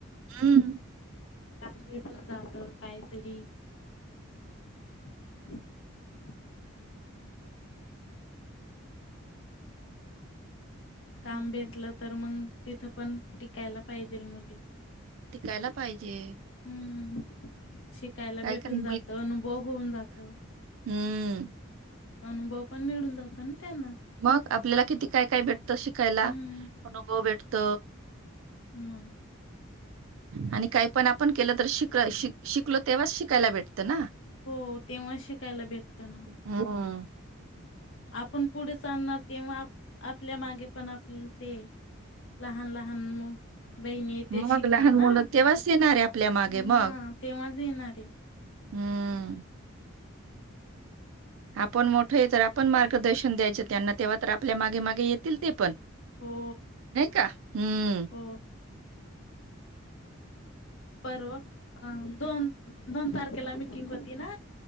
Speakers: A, on the right; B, on the left.
A: हं.
B: काम भेटून जात काहीतरी ह काम
A: हं.
B: बेतलं तर मग तिथं पण टिकायला पाहिजेल मुली
A: टिकायला पाहिजे.
B: हम्म शिकायला
A: काही-काही
B: भेटून जातं अनुभव होऊन जात.
A: हम्म.
B: अनुभव पण मिळून जात ना त्यांना
A: मग आपल्याला किती काय काय भेटतं शिकायला
B: हम्म
A: अनुभव भेटत त
B: मं.
A: आणि काय पण आपण केल तर शिकलाय शिक शिकलो तेव्हाच शिकायला भेट तना
B: हो तेव्हा शिकायला भेटत ना
A: हम्म.
B: आपण पुढे चालणार तेव्हा आपण आपल्या मागे पण आप ले लहान लहान मु बहिणी ते शिकणार
A: मग लहान
B: ना
A: मुलं तेव्हाच येणार आहे आपल्या मागे
B: हा
A: मग
B: तेव्हाच येणारे
A: हम्म. आपण मो कुठे तर आपण मार्गदर्शन द्यायचे त्यांना तेव्हा तर आपल्या मागे मागे येतील ते पण
B: हो
A: नाही का? हम्म.
B: हो परवा अ दोन दोन तारखेला मिीटिंग होती ना?